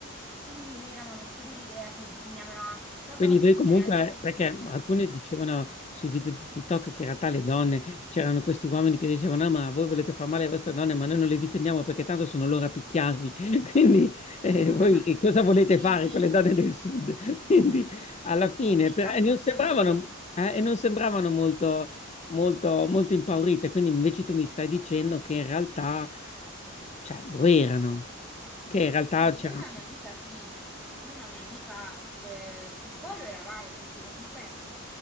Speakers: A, in the centre; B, on the left.
A: Quindi noi eravamo più dell'idea che bisognava, se proprio,
B: Quindi voi
A: se
B: comunque,
A: realmente fossero
B: perché
A: venuti
B: alcune
A: in grado.
B: dicevano sui video di TikTok che in realtà le donne, c'erano questi uomini che dicevano, ah, ma voi volete far male alle vostre donne, ma noi non le difendiamo perché tanto sono loro a picchiarvi. <laughs> Quindi eh,
A: <laughs>
B: voi che cosa volete
A: Sì,
B: fare
A: sì,
B: con le donne del
A: ho
B: sud?
A: visto
B: <laughs> Quindi alla fine,
A: ho visto
B: però,
A: anche
B: e non
A: questo
B: sembravano,
A: video.
B: eh, e non sembravano molto, molto, molto impaurite, quindi invece tu mi stai dicendo che in realtà, cioè, lo erano, che in realtà
A: Sì,
B: c'erano...
A: io e una mia amica sì, io e una mia amica lo è- un po' lo eravamo perché comunque,